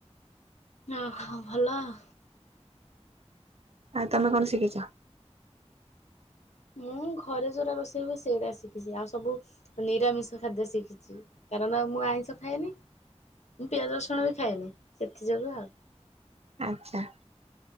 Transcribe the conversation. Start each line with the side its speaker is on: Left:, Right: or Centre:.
Left: ଓ ହୋ ଭଲ ଆଉ।
Right: ଆଉ ତମେ କଣ ଶିଖିଛ?
Left: ମୁଁ ଘରେ ଯେଉଁଟା ରୋଷେଇ ହୁଏ ସେଇଟା ଶିଖିଛି ଆଉ ସବୁ ନିରାମିଷ ଖାଦ୍ୟ ଶିଖିଛି କାରଣ ମୁଁ ଆଇଁଷ ଖାଏନି ମୁଁ ପିଆଜ ରସୁଣ ବି ଖାଏନି ସେଥିଯୋଗୁଁ ଆଉ।
Right: ଆଚ୍ଛା